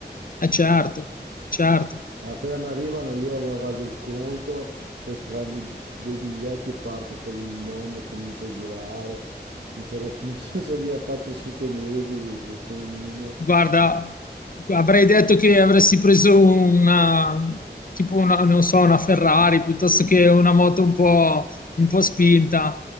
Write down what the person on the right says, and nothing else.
Appena mi arrivano io ma guardo il conto, poi prendo dei biglietti e parto per il mondo, comincio a girare. Mi fermo più <laughs> nessuno, sto via 4-5 mesi se- come minimo.